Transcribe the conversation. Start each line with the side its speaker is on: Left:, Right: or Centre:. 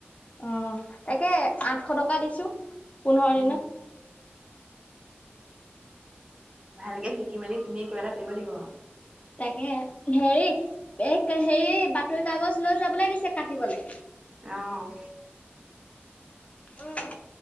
Left: অ', একে আঠশ টকা দিছো পোন্ধৰ
Right: উম
Left: দিনৰ।
Right: ভালকে শিকি মেলি তুমিয়ে কিবা এটা কৰিব লাগিব।
Left: তাকে হেৰি এই হেৰি বাতৰি কাগজ লৈ যাবলৈ দিছে কাটিবলে।
Right: অ'।
Left: অ',